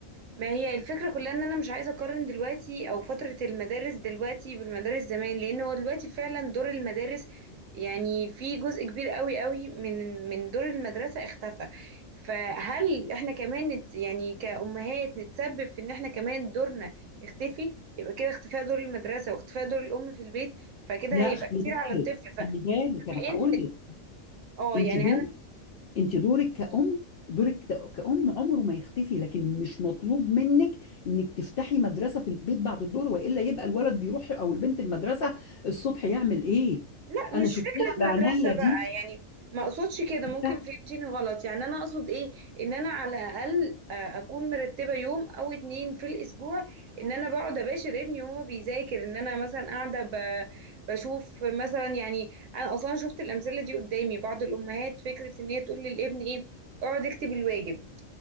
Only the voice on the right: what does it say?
ما هي الفكرة كلها ان انا مش عايزة اقارن دلوقتي او فترة المدارس دلوقتي بالمدارس زمان لان هو دلوقتي فعلا دور المدارس يعني في جزء كبير قوي قوي من من دور المدرسة اختفى فهل احنا كمان نت يعني كأمهات نتسبب في ان احنا كمان دورنا يختفي يبقى كده اختفاء دور المدرسة واختفاء دور الام في البيت فكده
هيبقى
كتير
على الطفل
فبما
ان
اه
يعني
لا
مش
فكرة
مدرسة
بقى يعني ما اقصدش كده ممكن
فهمتيني غلط يعني انا اقصد ايه ان انا على الاقل آه، اكون مرتبة يوم او اتنين في الاسبوع ان انا بقعد اباشر ابني وهو بيذاكر ان انا مثلا قاعدة ب- بشوف مثلا يعني انا اصلا شفت الامثلة دي قدامي بعض الامهات فكرة ان هي تقول للابن ايه اقعد اكتب الواجب